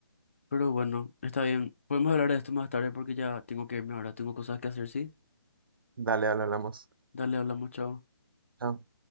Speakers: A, on the left (about 35°); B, on the right (about 65°).
A: Pero bueno, está bien. Podemos hablar de esto más tarde porque ya tengo que irme ahora. Tengo cosas que hacer, ¿sí?
B: Dale, dale, hablamos.
A: Dale, hablamos, chao.
B: Chao.